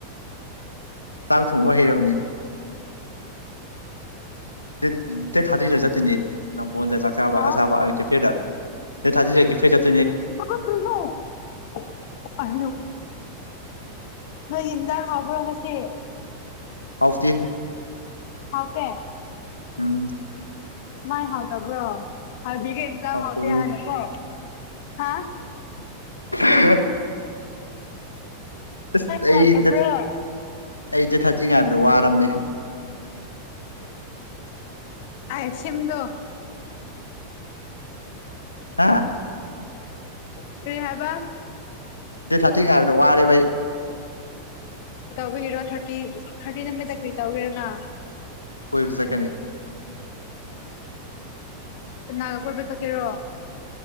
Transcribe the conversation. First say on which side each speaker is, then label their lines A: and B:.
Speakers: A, on the left (about 85°); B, on the left (about 50°).
A: ꯆꯥꯛ ꯊꯣꯡꯕ ꯍꯩꯔꯕꯅꯤ ꯗꯦꯠ ꯊꯥꯗ꯭ꯗ ꯆꯠꯇꯣꯏꯅꯦ ꯅꯝꯕꯣꯟꯗ ꯆꯥꯛ ꯆꯕ
B: ꯍꯥꯎ
A: ꯑꯁꯥꯕ ꯀꯦꯐꯦꯗ ꯅ ꯊꯥꯖꯤ ꯂꯩ ꯐꯦ ꯆꯠ
B: <unintelligible> ꯅꯣꯏ ꯏꯟꯗꯥꯥꯡ ꯍꯥꯕ꯭ꯔꯣ ꯉꯁꯦ
A: ꯍꯥꯎꯇꯦ
B: ꯍꯥꯎꯇꯦ
A: ꯎꯪ
B: ꯃꯥꯏ ꯍꯥꯎꯇꯕ꯭ꯔꯣ ꯍꯥꯏꯕꯤꯒꯩꯁꯤꯗ
A: ꯍꯥꯎꯇꯕꯒꯤ
B: ꯍꯄꯦ ꯍꯅꯨꯀꯣ ꯍꯥ
A: <inaudible> ꯑꯁ
B: ꯃ
A: ꯑꯩ
B: ꯇꯕ꯭ꯔꯣ
A: ꯗꯦꯠ ꯑꯩ ꯗꯦꯠ ꯊꯥꯔꯇꯤ ꯉꯥꯏꯕꯗ ꯋꯥꯔꯕꯅꯦ
B: ꯑ ꯁꯤꯝꯗꯣ
A: ꯍꯥ
B: ꯁꯤ ꯍꯥꯏꯕ
A: ꯗꯦꯠ ꯊꯥꯔꯇꯤ ꯍꯥꯏꯥꯏꯕꯗꯣ ꯋꯥꯔꯦꯕꯩ
B: ꯔ ꯊꯥꯔꯇꯤ ꯊꯥꯔꯇꯤ ꯅꯨꯃꯤꯠꯇ ꯀꯔꯤ ꯇꯧꯒꯦꯔꯅ
A: ꯀꯣꯏ ꯆꯀꯦꯅꯤ
B: ꯑꯣꯅꯥꯒꯥ ꯀꯣꯏꯕ ꯆꯠꯀꯦꯔꯣ